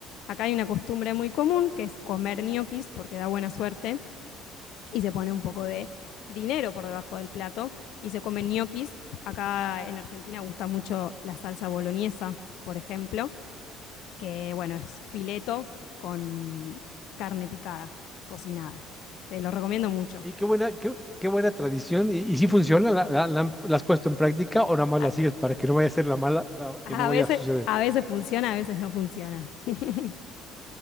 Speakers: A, on the left; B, in the centre.
A: acá hay una costumbre muy común que es comer ñoquis porque da buena suerte y se pone un poco de dinero por debajo del plato y se comen ñoquis. Acá en Argentina gusta mucho la salsa boloñesa, por ejemplo, que bueno, es fileto con carne picada, cocinada. Te lo recomiendo mucho.
B: Oye, qué buena, qué, qué buena tradición. ¿Y, y si funciona? ¿La, la- la han- la has puesto en práctica o nada más
A: A,
B: la sigues para que no vaya a ser la mala, la-
A: a
B: que no vaya
A: veces,
B: a suceder?
A: a veces funciona, a veces no funciona. <laughs>